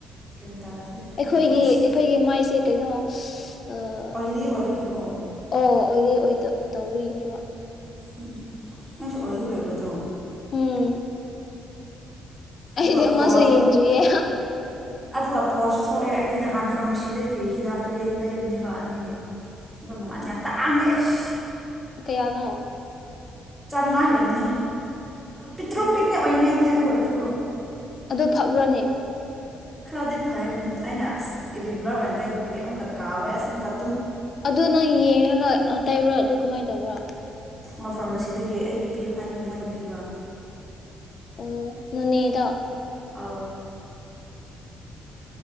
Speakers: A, in the centre; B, on the left (about 50°).
A: ꯒ꯭ꯌꯥꯟ ꯇꯥꯗ꯭ꯔꯦ
B: ꯑꯩꯈꯣꯏꯒꯤ
A: ꯄꯤꯝꯄꯜꯁꯁꯨ
B: ꯑꯩꯈꯣꯏꯒꯤ ꯃꯥꯏꯁꯦ ꯀꯩꯅꯣ ꯑꯣ
A: ꯑꯣꯏꯂꯤ ꯑꯣꯏꯕꯒꯤꯕꯣ
B: ꯑꯣꯏꯂꯤ ꯑꯣꯏꯗ ꯇꯧꯔꯤꯅꯦꯕ
A: ꯎ ꯅꯪꯁꯨ ꯑꯣꯏꯂꯤ ꯑꯣꯏꯕꯗꯣ
B: ꯎꯝ
A: ꯑꯗꯨꯒ
B: ꯑꯩꯗꯤ ꯑꯃꯁꯨ
A: ꯄꯣꯔꯁ
B: ꯌꯦꯨꯌꯦ
A: ꯑꯗꯨꯒ ꯄꯣꯔꯁꯨ ꯊꯣꯛꯑꯦ ꯑꯩꯗꯤ ꯅꯍꯥꯟ ꯐꯥꯔꯃꯥꯁꯤꯗꯒꯤ ꯍꯤꯗꯥꯛꯇꯤ ꯂꯩꯕꯅꯦꯕ ꯑꯅꯤ ꯑꯩꯣꯏ ꯃꯃꯥꯟ ꯌꯥꯝ ꯇꯥꯡꯉꯦ ꯑꯩꯁ
B: ꯀꯌꯥꯅꯣ
A: ꯉꯥꯏ ꯍꯔꯝꯅꯤ ꯄꯤꯇꯔꯣ
B: ꯎꯝ
A: ꯄꯤꯅꯦ ꯑꯣꯏꯍꯤꯃꯦꯦ ꯑꯗꯨ ꯑꯣꯏꯣꯦ ꯁ
B: ꯑꯗꯨ ꯐꯛꯎ꯭ꯔꯣꯅꯦ
A: ꯈꯔꯗꯤ ꯐꯩ ꯎꯝ ꯑꯩꯅ ꯑ ꯔꯤꯒꯨꯂꯔ ꯑꯣꯏꯅ ꯇꯩꯗꯕꯒꯤ ꯑꯃꯨꯛꯀ ꯀꯥꯎꯋꯦ ꯑꯁꯀ
B: ꯑꯗꯨ ꯅꯪ ꯌꯦꯡꯉꯒ ꯇꯩꯕ꯭ꯔꯥ ꯑꯗꯨ ꯀꯃꯥꯏꯅ ꯇꯧꯕꯔꯣ
A: ꯐꯥꯔꯃꯥꯁꯤꯗꯒꯤ ꯑꯩꯒꯤ ꯄꯤꯌꯨ ꯍꯥꯏꯕꯒꯤ ꯃꯣꯏꯅ ꯄꯤꯕ
B: ꯑꯣ ꯨꯅꯩꯗ
A: ꯑ